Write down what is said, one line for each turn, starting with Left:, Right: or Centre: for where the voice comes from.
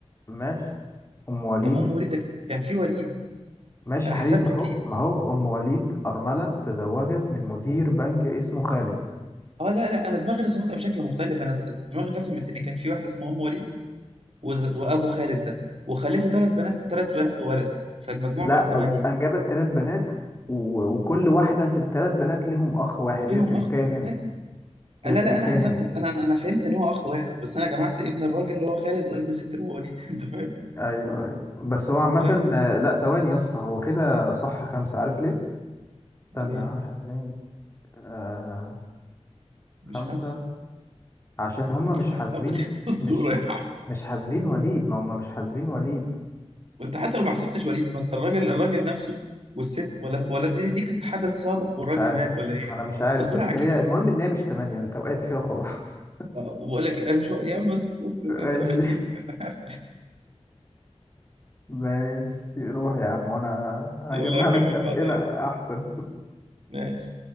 Left: ماشي أم وليد
Right: طب ام وليد ده كان في وليد
Left: ماشي
Right: فانا
Left: يا حبيبي
Right: حسبته
Left: ما هو
Right: وليد
Left: ما هو أم وليد أرملة تزوجت من مدير بنك اسمه خالد
Right: اه لا لا انا دماغي رسمتها بشكل مختلف انا دماغي رسمت ان كان في واحده اسمها ام وليد و- وابو خالد ده وخلفوا ثلاث بنات ثلاث بنات وولد فالمجموع
Left: لا
Right: بقى ثمانيه
Left: قلت انجبت ثلاث بنات و... وكل واحده في الثلاث بنات ليهم اخ واحد
Right: ليهم
Left: هي تركايه
Right: اخ أنا
Left: هنا
Right: فاهم.
Left: هي
Right: آه، لا
Left: تركايه
Right: لا انا حسبت
Left: هنا
Right: انا انا أنا فهمت ان هو اخ واحد بس انا جمعت ابن الراجل اللي هو خالد وابن الست اللي هو وليد <laughs> انت فاهم
Left: ايوه ايوه بس هو عامه
Right: لا
Left: آه، لا ثواني يا اسطى هو كده صح خمسه عارف ليه استنى
Right: ليه
Left: واحد اتنين آه
Right: مش
Left: خمسه
Right: خمسه
Left: عشان هما مش
Right: يعني
Left: حاسبين
Right: ابو <laughs> الزوره
Left: مش
Right: يعني.
Left: مش حاسبين وليد ما هما مش حاسبين وليد
Right: وانت حتى لو ما حسبتش وليد ما انت الراجل الراجل نفسه والست ولا ولا دي دي كانت حدث سابق والراجل
Left: مش عارف
Right: مات ولا ايه
Left: ما انا مش عارف
Right: فالظروف
Left: بس
Right: عجيبه
Left: هي المهم
Right: اصلا
Left: ان هي مش تمانية انت وقعت فيها وخلاص
Right: آه، وبقول لك انا مش يا عم اسكت اسكت
Left: <laughs>
Right: انت قفلتني
Left: ماشي
Right: <laughs> انا قافل
Left: ماشي روح يا عم وانا هجمع
Right: يلا اكمل
Left: لك اسئله
Right: بعدين
Left: احسن
Right: ماشي